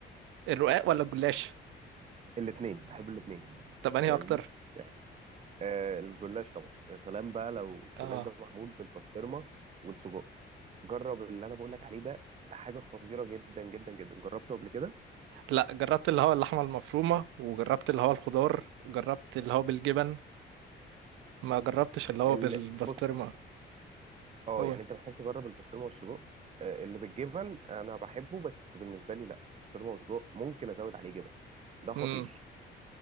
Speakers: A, on the right; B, on the right.
A: الرقاق ولا الجلاش
B: الاثنين بحب الاثنين
A: طب انهي
B: فاهمني
A: اكتر
B: يعني آه الجلاش طبعا يا سلام بقى لو
A: اه
B: الجلاش ده معمول بالبسطرمه والسجق جرب اللي انا بقول لك عليه ده ده حاجه خطيره جدا جدا جدا جربته قبل كده
A: لا جربت اللي هو اللحمه المفرومه وجربت اللي هو الخضار جربت اللي هو بالجبن ما جربتش اللي هو
B: ال-
A: بالبسطرمه
B: بص اه
A: هو
B: يعني انت محتاج تجرب البسطرمه والسجق آه، اللي بالجبن انا بحبه بس بالنسبه لي لا بسطرمه وسجق ممكن ازود عليه جبن ده خطير
A: امم